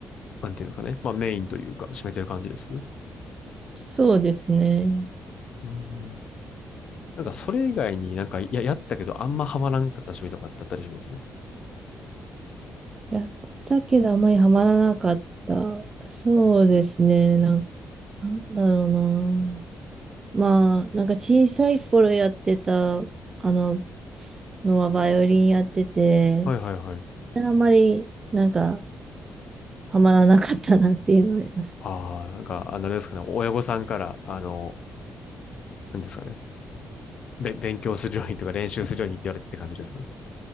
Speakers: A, on the left; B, on the right.
A: なんていうんですかね。まあメインというか、占めてる感じです。
B: そうですね。
A: うんなんかそれ以外になんかや、やったけどあんまハマらんかった趣味とかってあったりします
B: やったけどあまりハマらなかった。そうですね。なん、なんだろうな。まあ、なんか小さい頃やってた、あの、のはバイオリンやってて、
A: はいはいはい。
B: あんまりなんかハマらなかったなっていうのはあります。
A: ああ、なんか、あの、あれですかね。親御さんから、あの、なんですかね。べ、勉強するようにとか練習するようにって言われてって感じです。